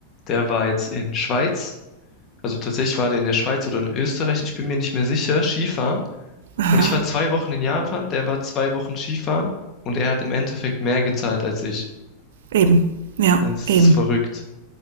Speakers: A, on the left; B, on the right.
A: der war jetzt in Schweiz Also tatsächlich war der in der Schweiz oder in Österreich, ich bin mir nicht mehr sicher, Skifahren.
B: aha,
A: Und ich war zwei Wochen in Japan, der war zwei Wochen Skifahren und er hat im Endeffekt mehr gezahlt als ich.
B: eben, ja,
A: Das
B: eben.
A: ist verrückt.